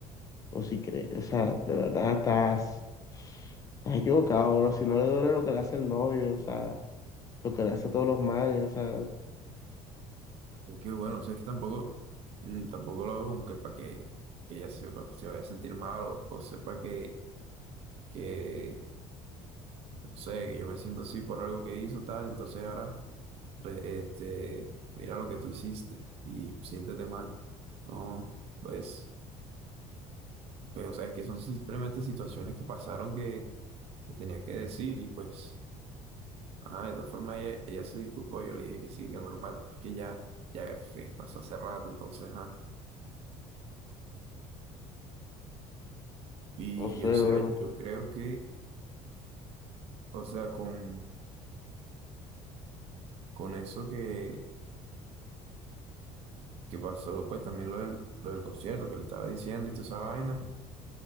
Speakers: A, on the left; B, on the right.
A: o si crees, o sea, de verdad estás, estás equivocado, bro, si no le duele lo que le hace el novio, o sea, lo que le hace a todos los manes, o sea,
B: es que bueno, o sea, es que tampoco, mm, tampoco lo hago como que para que, que ella sepa, se vaya a sentir mal o, o sepa que, que, no sé, que yo me siento así por algo que hizo tal. Entonces ahora, re- este, mira lo que tú hiciste y siéntete mal. No, pues. Pues, o sea, es que son simplemente situaciones que pasaron que, que tenía que decir y pues, ah, de todas formas ella, ella se disculpó, yo le dije que sí, que normal, que ya, ya pues, pasó hace rato, entonces, ajá. Y,
A: no sé,
B: o sea,
A: bro.
B: yo creo que, o sea, con, con eso que, que pasó, pues también lo del, lo del concierto que le estaba diciendo y toda esa vaina,